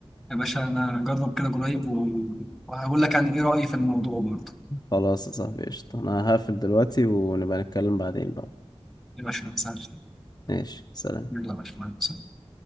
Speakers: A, in the centre; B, on the left.
A: يا باشا انا اجرب كده قريب و- وهقول لك يعني ايه رايي في الموضوع برضه
B: خلاص يا صاحبي قشطة انا هقفل دلوقتي ونبقى نتكلم بعدين بقى
A: يا باشا ما تسالش
B: ماشي سلام
A: يلا يا باشا مع السلامة.